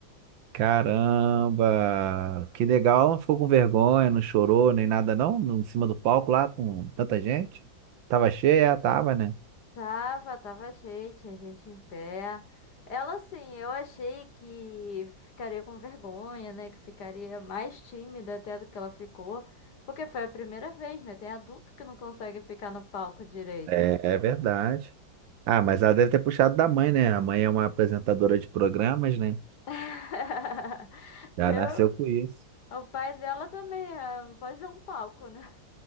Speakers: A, on the right; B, on the left.
A: Caramba! Que legal, ela não ficou com vergonha, não chorou nem nada não, no- em cima do palco lá com tanta gente. Tava cheia, tava, né?
B: Tava, tava cheio, tinha gente em pé. Ela, assim, eu achei que ficaria com vergonha, né? Que ficaria mais tímida até do que ela ficou. Porque foi a primeira vez, né? Tem adulto que não consegue ficar no palco direito.
A: É, é verdade. Ah, mas ela deve ter puxado da mãe, né? A mãe é uma apresentadora de programas, né?
B: <laughs>
A: Já
B: Eu,
A: nasceu com isso.
B: o pai dela também, ah, não pode ver um palco, né?